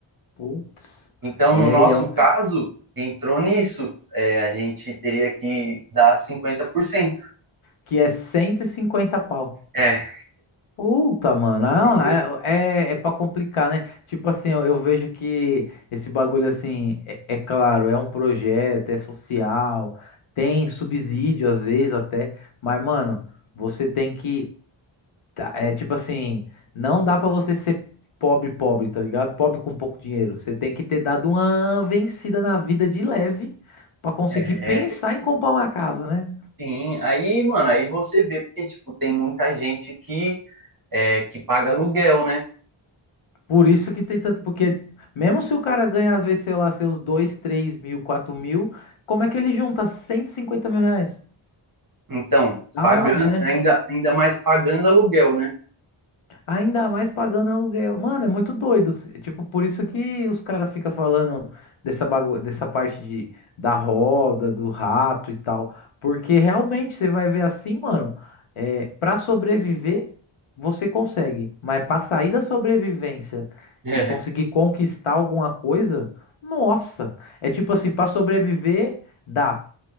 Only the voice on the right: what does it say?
Então,
no nosso
caso, entrou nisso. É, a gente teria que dar 50%.
É,
entendeu?
É,
sim. Aí, mano, aí você vê, porque, tipo, tem muita gente que, é, que paga aluguel, né?
Então,
pagando,
ainda, ainda mais pagando aluguel, né?
<laughs>
É,